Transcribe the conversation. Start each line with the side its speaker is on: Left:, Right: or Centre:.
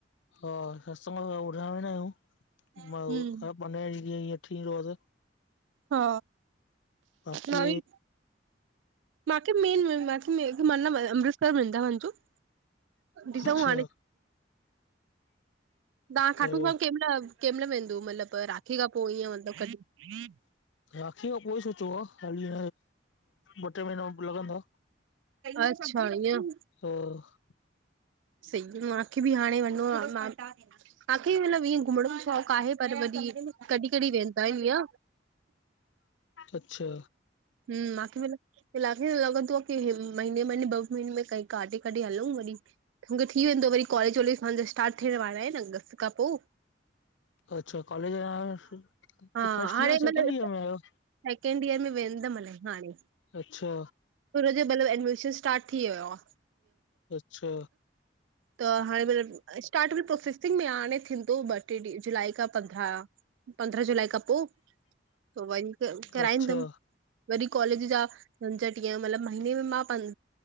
Left: हा, सत्संग वत्संग ॿुधण वेंदायूं, मां
Right: हम्म
Left: पंद्रहें, वीहें ॾींह थी ईंदो हस।
Right: हा,
Left: बाक़ी
Right: नवी माखे, मेन मत्लब अमृतसर, व्रिंदावन जो। ॾिसूं
Left: अच्छा
Right: हाणे तहां
Left: त
Right: खाटू श्याम कं महिल कं महिल वेंदो मतिलबु राखी खां पोइ ईअं मतिलब क
Left: राखी जो कोई सोचो आ, हाली ॿ टे महीना लॻंदा।
Right: अचछा, ईअं।
Left: ह <inaudible>
Right: सही मांखे बि हाणे वंञिणो आ, मां तहांखे मतलबु इअं घुमण जो शौंक़ु आहे पर वरी कॾहिं कॾहिं वेंदा आहियूं इअं।
Left: अच्छा
Right: हम्म बाक़ी बि त लाॻे लॻंदो आ कि महीने, महिने ॿ महीने में क काॾे काॾे हलंउं, वरी मूंखे थी वेंदो, वरी कॉलेज वॉलेजा स्टार्ट थियण वारो आहिन अगस्त खां पो।
Left: अच्छा कॉलेज आयो
Right: हा
Left: फर्स्ट
Right: हाणे
Left: ईयर, सेकेंड
Right: मतिलबु
Left: ईयर में आयो?
Right: सेकेंड ईयर में वेंदम हाणे
Left: अच्छा
Right: जो भले एडमिशन स्टार्ट थी वियो आ।
Left: अच्छा
Right: त हाणे मतलब स्टार्ट मतलब प्रोसेसिंग में, हाणे थींदो बट जुलाई पंद्रह पंद्रह जुलाई खां पो, पो वरी कराईंदमि।
Left: अच्छा
Right: वरी कॉलेज जा पंज ॾींह मतलबु महीने में मां पंज